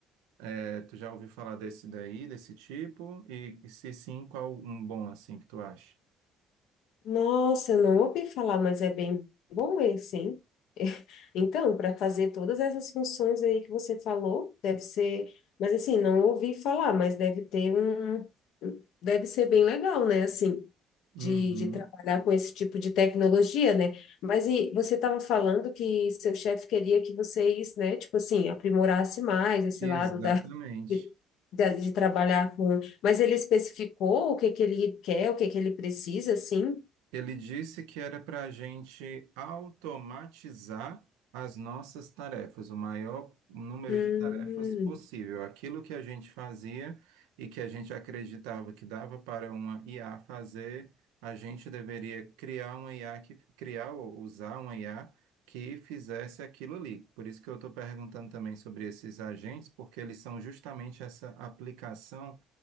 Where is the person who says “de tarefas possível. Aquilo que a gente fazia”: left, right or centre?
Right